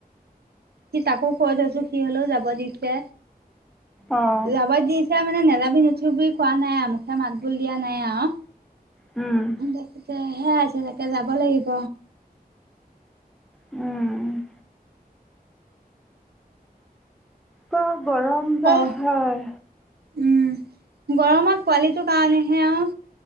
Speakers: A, on the right; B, in the centre.
A: সি তাকো কৈ চাইছো সি হলেও যাব দিছে
B: অ',
A: যাব দি দিছে মানে নেযাবি নোথোবি কোৱা নাই আৱ মুখে মাত বোল দিয়া নাই আৱ
B: উম
A: দাকেহে সেয়া তাকে যাব লাগিব
B: উম চব গৰম
A: অ'
B: যে হয়
A: উম গৰমত পোৱালিটো কাৰণেহে আও